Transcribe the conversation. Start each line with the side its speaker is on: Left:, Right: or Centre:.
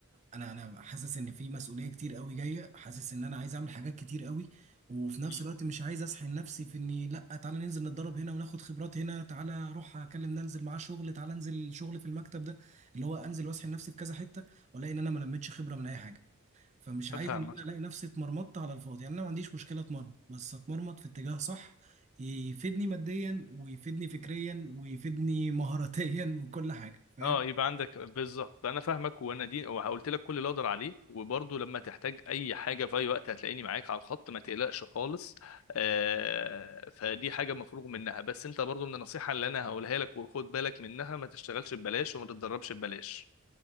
Right: انا انا حاسس ان في مسؤوليه كتير قوي جايه حاسس ان انا عايز اعمل حاجات كتير قوي وفي نفس
Left: أمم.
Right: الوقت مش عايز اسحل نفسي في اني لا تعالى ننزل نتدرب هنا وناخد خبرات هنا تعالى اروح اكلم ده انزل معاه شغل تعالى انزل شغل في المكتب ده اللي هو انزل واسحل نفسي في كذا حته والاقي ان انا ما لميتش خبره من اي حاجه فمش عايز
Left: فاهمك
Right: ان انا الاقي نفسي اتمرمطت على الفاضي يعني انا ما عنديش مشكله اتمرمط بس اتمرمط في اتجاه صح يفيدني ماديا ويفيدني فكريا ويفيدني <laughs> مهاراتيا وكل حاجه فاهم
Left: اه يبقى عندك بالظبط انا فاهمك وانا دي وقلت لك كل اللي اقدر عليه وبرضه لما تحتاج اي حاجه في اي وقت هتلاقيني معاك على الخط ما تقلقش خالص آه فدي حاجه مفروغ منها بس انت برضه من النصيحه اللي انا هقولها لك وخد بالك منها ما تشتغلش ببلاش وما تتدربش ببلاش